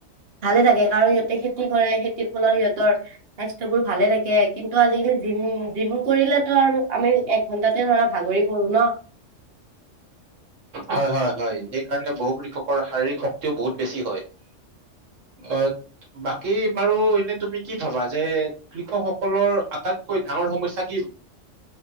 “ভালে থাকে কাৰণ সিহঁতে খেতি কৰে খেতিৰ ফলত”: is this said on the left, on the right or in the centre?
Right